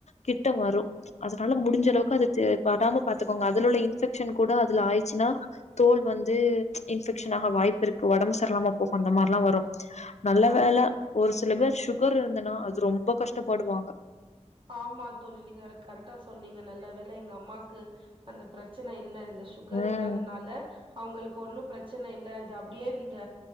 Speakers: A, on the left; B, on the right.
A: கிட்ட வரு அதனால முடிஞ்சளவுக்கு
B: ஆமா
A: அதுச்சே படாம பாத்துக்கோங்க அதுல உள்ள இன்ஃபெக்ஷன் கூட அதுல ஆயிச்சுன்னா தோல் வந்து இன்ஃபெக்ஷன் ஆக வாய்ப்பு இருக்கு ஒடம்பு சர்ல்லாம போகு அந்த மார்லா வரு நல்ல
B: ஆமா
A: வேல ஒரு சில பேர் சுகர் இருந்தன்னா அது ரொம்ப கஷ்டப்படுவாங்க
B: ஆமா தோழி நீங்க கரெக்டா சொன்னிங்க நல்ல வேல எங்கம்மாக்கு அந்த பிரச்சன இல்ல இந்த சுகர்
A: ம்
B: இல்லாதனால அவுங்களுக்கு ஒன்னு பிரச்சன இல்ல இது அப்டியே நீங்க